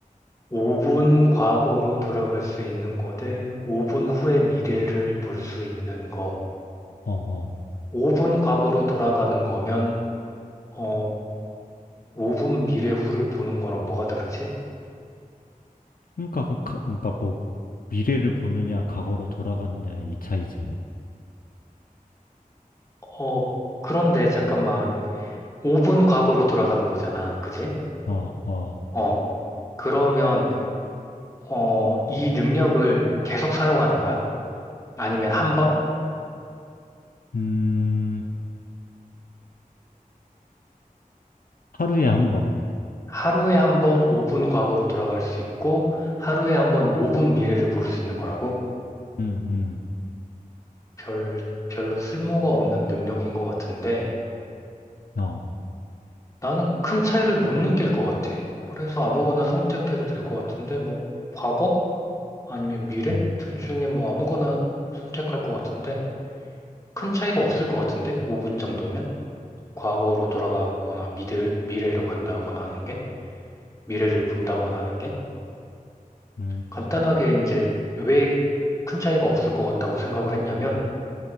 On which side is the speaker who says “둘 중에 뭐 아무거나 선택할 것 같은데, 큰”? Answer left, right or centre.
Left